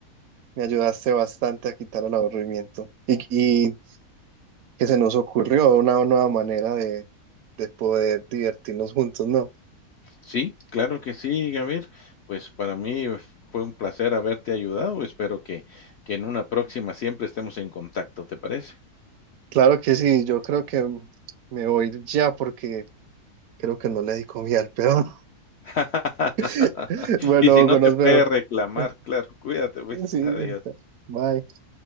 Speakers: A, on the right (about 70°); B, on the left (about 70°).
A: Me ayudaste bastante a quitar el aburrimiento y, y que se nos ocurrió una nueva manera de, de poder divertirnos juntos, ¿no?
B: Sí, claro que sí, Gabriel. Pues para mí fue un placer haberte ayudado. Espero que, que en una próxima siempre estemos en contacto, ¿te parece?
A: Claro que sí, yo creo que me voy ya porque creo que no le di comida al peón.
B: <laughs>
A: <laughs> Bueno,
B: Y si no
A: Hugo,
B: te
A: nos
B: puede
A: vemos.
B: reclamar,
A: <laughs>
B: claro, cuídate, pues,
A: Sí,
B: adiós.
A: bueno, bye.